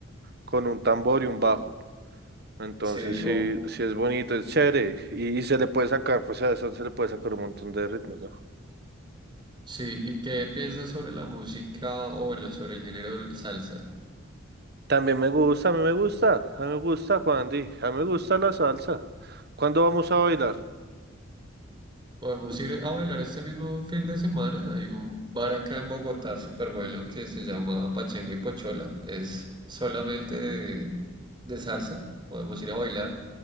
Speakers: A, on the right; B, on the right.
A: con un tambor y un bajo. Entonces
B: Sí,
A: sí,
B: o,
A: sí es bonito, es chévere. Y, y se le puede sacar, pues a eso se le puede sacar un montón de ritmos, ¿no?
B: Sí, ¿y qué piensas sobre la música o bueno, sobre el género del salsa?
A: También me gusta, a mí me gusta, a mí me gusta, Juan Di, a mí me gusta la salsa. ¿Cuándo vamos a bailar?
B: Podemos ir a bailar este mismo fin de semana. Hay un bar acá en Bogotá súper bueno que se llama Pachanga y Pochola. Es solamente de, de salsa. Podemos ir a bailar.